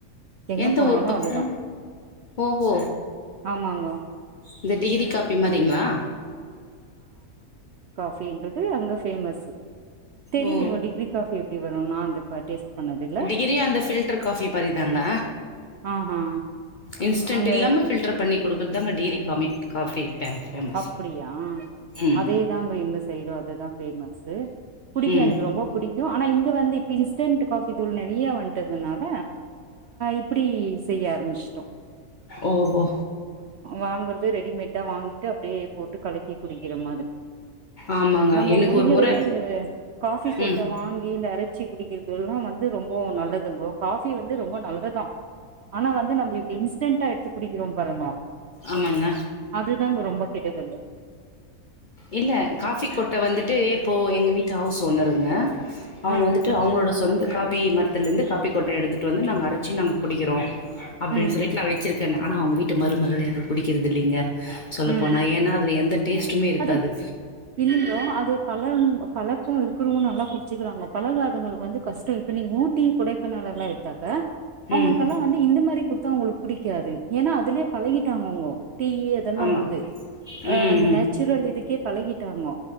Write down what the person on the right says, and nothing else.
எங்க
போனாலு
அதுதா
ஆமாங்கோ
அப்டின்றது அங்க ஃபேமஸ் தெரியலீங்கோ
டிகிரி காஃபி எப்டி வரும்னா அந்த டேஸ்ட் பண்ணதுல்ல
ஆஹா
அந்த
அப்படியா
அதேதான்ங்க எங்க சைடு அதுதா ஃபேமஸு புடிக்கு
எனக்கு ரொம்ப புடிக் கு ஆனா இங்க வந்து இப்ப இன்ஸ்டன்ட் காஃபி தூள் நிறையா வந்துட்டுதுனால இப்படி செய்ய ஆரம்பிச்சுட்டோ
வாங்குறது ரெடிமேட்டா வாங் ட்டு அப்டியே போட்டு கலக்கி குடிக்கிற மாதி
நம்ம
முடிஞ்ச
வரைக்கு இந்த காஃபி கொட்ட
வாங்கி இந்த அரச்சி குடிக்கிறது எல்லா வந்து ரொம்போ நல்லதுங்கோ காஃபி வந்து ரொம்ப நல்லதா ஆனா வந்து நம்பளுக் இன்ஸ்டன்டா எடுத்து குடிக்கிறோ பாருங்க
அது அதாங்க ரொம்ப பெரியதது
ஆ
ம்
ம்
அது இயயோ அது பழ பழக்க இரு க்கறவங்க நல்லா குடிச்சிக்கிறாங்கோ பழகாதவங்களுக்கு வந்து கஷ்ட இப்ப நீங்க ஊட்டி கொடைக்கானல் எல்லா எடுத்தாக் கா அவங்களுக்கெல்லா
வந்து இந்த மாதிரி குடுத்தா அவங்களுக்கு பிடிக்காது ஏன்னா அதுலயே பழகிட்டாங்க அவுங்கோ டீ யு அதெல்லா
வந்து
அந்த
நேச் சுரல் இதுக்கே பழகிட்டாங்கோ